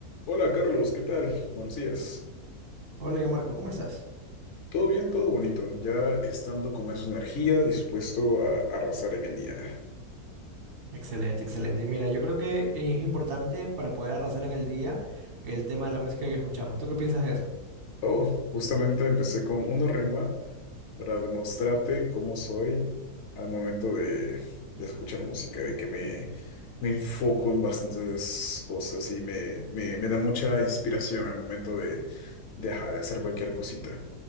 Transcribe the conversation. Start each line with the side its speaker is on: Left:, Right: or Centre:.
Left: Hola Carlos, ¿qué tal? Buenos días.
Right: Hola, Marco, ¿cómo estás?
Left: Todo bien, todo bonito. Ya estando con más energía, dispuesto a arrasar en el día.
Right: Excelente, excelente. Y mira, yo creo que es importante para poder arrasar en el día el tema de la música que escuchamos. ¿Tú qué piensas de eso?
Left: Oh, justamente empecé con una rima para demostrarte cómo soy al momento de, de escuchar música, de que me, me enfoco en bastantes cosas y me, me, me da mucha inspiración al momento de, de, ajá, de hacer cualquier cosita.